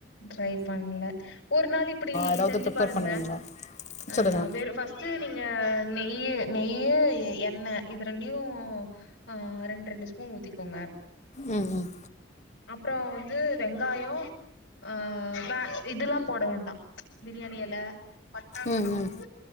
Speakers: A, on the left; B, on the left.
A: ட்ரை பண்ல ஒரு நாள் இப்டி
B: ஏதாவது
A: செஞ்சு
B: ப்ரிப்பேர்
A: பாருங்கள
B: பண்ணுவீங்களா
A: ஆ
B: சொல்லுங்க
A: வெறு ஃபஸ்ட் ட்டு நீங்க நெய்யு நெய்யு எ எண்ண இது ரெண்டியு ஆ ரெண்டு ரெண்டு ஸ்பூன் ஊத்திக்கோங்க
B: ம் ம்
A: அப்ரோ வந்து வெங்காயோ ஆ வே இதெல்லா போட வேண்டா பிரியாணியெல பட்டா
B: ம்
A: க்ராம்பூ
B: ம்